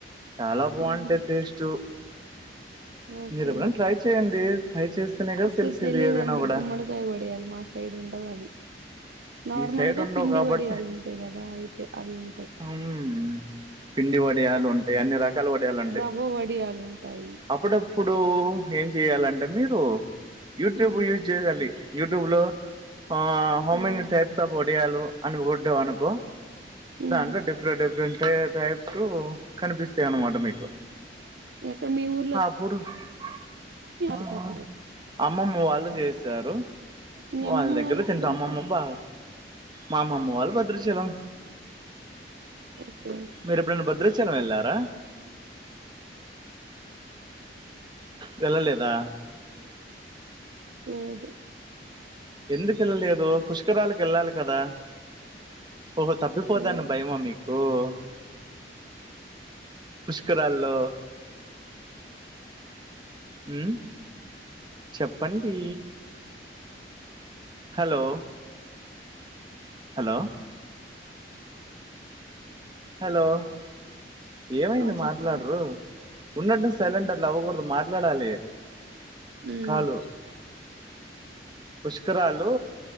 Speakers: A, on the right (about 25°); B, on the right (about 65°).
A: చాలా బావుంటది
B: ఉహు
A: టేస్ట్ టు
B: ఓకే
A: మీరెప్పుడన ట్రై చేయండి ట్రై చేస్తేనే కద
B: అసలు
A: తెలిసేది
B: తెలియదండి
A: ఏదైనా గూడా
B: గుమ్మడికాయ వడియాలు మా సైడ్ ఉండవవి నార్మల్
A: సైడ్
B: గా
A: ఉండవు
B: పిండి
A: కాబట్టి
B: వడియాలు ఉంటయి గదా అవితె అవి ఉంటయి
A: ఉమ్ పిండి వడియాలు ఉంటయి అన్ని రకాల వడియాలుంటయి
B: రవ్వ వడియాలు ఉంటాయి
A: అప్పుడప్పుడూ ఏం జేయాలంటే మీరు యూట్యూబ్
B: ఉమ్
A: యూజ్ జేయల్లి యుట్యూబ్ లో హ హోమని
B: ఉమ్
A: టైప్ సబ్ ఒడియాలు అనుగొట్టవనుకో
B: హ్మ్
A: దాంట్లో డిఫ్ ఫరెంట్ డిఫరెంట్ సే టైప్స్ కనిపిస్తయన్నమాట మీకు
B: ఎక్కడ మీ ఊరు
A: అప్పుడు హ
B: చేసారా?
A: హా అమ్మమ్మ వాళ్ళు జేసారు
B: మీ
A: వాళ్ళ
B: అమ్మమ్మ
A: దగ్గరె
B: వాళ్ళెక్కడుంటారు?
A: తింటా అమ్మమ్మ బా మా అమ్మమ్మ వాళ్ళు భద్రచలం
B: ఓకే
A: మీరెప్పుడైనా భద్రాచలం ఎళ్ళారా వెళ్ల లేదా
B: లేదు
A: ఎందుకెళ్ళలేదు పుష్కరాలకి యెళ్ళాలి కదా ఓహో తప్పిపోతాన్న
B: లేదు.
A: భయమా మీకు ఓ పుష్కరాల్లో ఉమ్ చెప్పండి హలో హలో హలో ఏమైంది
B: ఆ! చెప్పండి.
A: మాట్లాడరు ఉన్నట్టున్డి సైలెంట్ అట్ల అవ్వకూడదు మాట్లాడాలి
B: హ్మ్.
A: కాలు పుష్కరాలు